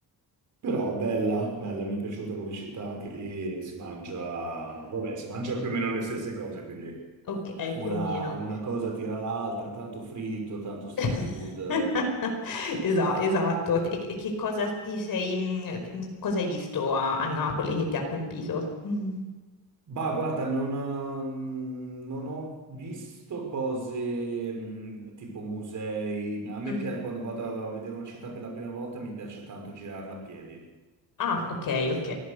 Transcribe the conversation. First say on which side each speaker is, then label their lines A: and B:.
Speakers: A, on the right; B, on the left.
A: Però bella, bella, mi è piaciuta come città, anche lì si mangia, vabbè, si mangia più o meno le stesse cose, quindi
B: ok,
A: una,
B: più o meno.
A: una cosa tira l'altra, tanto fritto, tanto street
B: <laughs>
A: food.
B: Esa- esatto. E che che cosa ti sei, mm, d- mm, cosa hai visto a, a Napoli che ti ha colpito? Mhm.
A: Bah, guarda, non, eh, non ho visto cose mh, tipo musei. A me
B: Mm.
A: piace, quando vado a vedere una città per la prima volta, mi piace tanto girarla a piedi.
B: Ah, ok, ok,